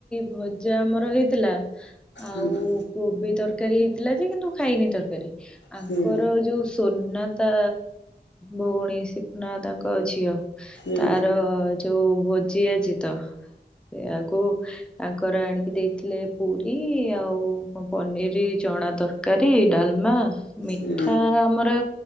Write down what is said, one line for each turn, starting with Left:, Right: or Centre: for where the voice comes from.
Centre: ଭଜା ଆମର ହେଇଥିଲା। ଆଉ
Left: ହୁଁ।
Centre: କୋବି ତରକାରୀ ହେଇଥିଲା ଯେ କିନ୍ତୁ ଖାଇନି ତରକାରୀ ଆଙ୍କର
Left: ହୁଁ
Centre: ଯୋଉ ସୁନା ତା ଭଉଣୀ ସିପୁନା ଦାଦା ନକନ ଝିଅ
Left: ହୁଁ
Centre: ତାର ଯୋଉ ଭୋଜି ଅଛି ତ ସେୟାକୁ ତାଙ୍କର ଆଣିକି ଦେଇଥିଲେ ପୁରୀ ଆଉ କଣ ପନିର ଚଣା ତରକା କରି ଡଲମା ମିଠା
Left: ହୁଁ
Centre: ଆମର